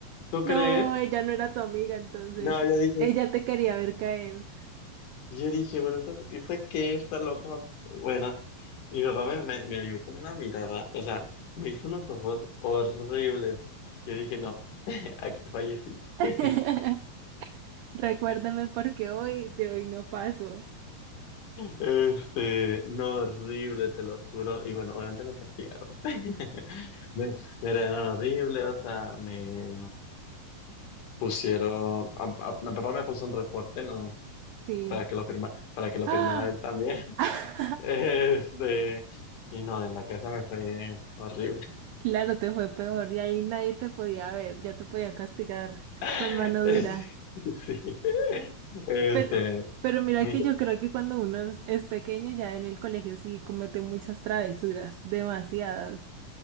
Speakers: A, on the left; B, on the right.
A: ¿Tú
B: No,
A: crees?
B: ella no era tu amiga, entonces
A: No, yo dije,
B: ella te quería ver caer.
A: Y yo dije, bueno, ¿esta, esta qué? está loca. Bueno, y mi papá me, me, me vio con una mirada, o sea, me hizo unos ojos horribles. Yo dije, no, <laughs> aquí fallecí.
B: <laughs>
A: <laughs>
B: Recuérdame porque hoy de hoy no paso.
A: Este, no, horrible, te lo juro. Y bueno, obviamente me castigaron. <laughs> Me, me regañaron horrible, o sea, me pusieron, a, a- mi papá me puso un reporte, ¿no?
B: Sí.
A: Para que lo firma, para que lo
B: ¡Ah!
A: firmara él también.
B: <laughs>
A: <laughs> Este, y no, en la casa me fue horrible.
B: Claro, te fue peor y ahí nadie te podía ver, ya te podía castigar
A: <laughs>
B: con mano
A: Sí,
B: dura.
A: sí. Este,
B: Pero, pero mira
A: mi-
B: que yo creo que cuando uno es es pequeño ya en el colegio sí comete muchas travesuras, demasiadas.